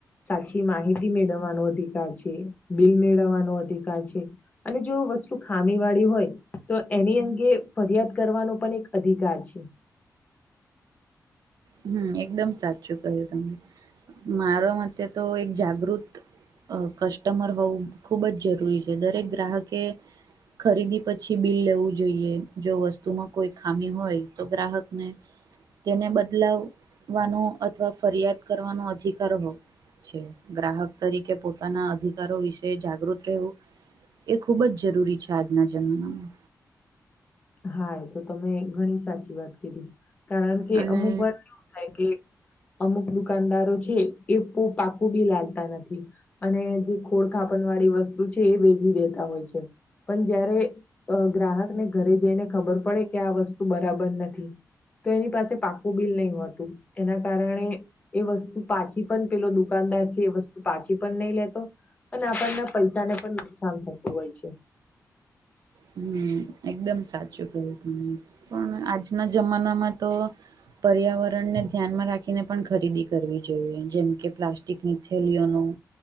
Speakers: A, on the left (about 20°); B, on the right (about 70°).
A: સાચી માહિતી મેળવવાનો અધિકાર છે બિલ મેળવવાનો અધિકાર છે. અને જો વસ્તુ ખામી વાળી હોય તો એની અંદર એ ફરિયાદ કરવાનો પણ એક અધિકાર છે.
B: હમ્મ એકદમ સાચું કહ્યું તમે મારા મતે તો એક જાગૃત કસ્ટમર હોવું ખૂબ જ જરૂરી છે દરેક ગ્રાહકે ખરીદી પછી બિલ લેવું જોઈએ જો વસ્તુમાં કોઈ ખામી હોય તો ગ્રાહકને તેને બદલાવવાનો અથવા ફરિયાદ કરવાનો અધિકાર હોવો. ગ્રાહક તરીકે પોતાના અધિકારો વિશે જાગૃત રહેવું. એ ખૂબજ જરૂરી છે આજના જમાનામાં.
A: હા એ તો તમે ઘણી સાચી વાત કીધી. કારણ કે
B: અને
A: અમુક વાર કેવું થાય કે અમુક દુકાનદારો છે એ બહુ પાકુ બીલ આલતા નથી. અને જે ખોડ ખાપણ વાળી વસ્તુ છે એ વેચી દેતા હોય છે. પણ જયારે ગ્રાહકને ઘરે જઈને ખબર પડે કે આ વસ્તુ બરાબર નથી તો એની પાસે પાકુ બીલ ભી નહી હોતું. એના કારણે એ વસ્તુ પાછી પણ પેલો દુકાનદાર છે એ વસ્તુ પાછી પણ નહી લેતો અને આપણને પૈસાને પણ નુકસાન થતું હોય છે.
B: હમ્મ એકદમ સાચું કહ્યું તમેં પણ આજના જમાનામાં તો પર્યાવરણને ધ્યાનમાં રાખીને પણ ખરીદી કરવી જોઈએ જેમ કે પ્લાસ્ટિકની થેલીઓનું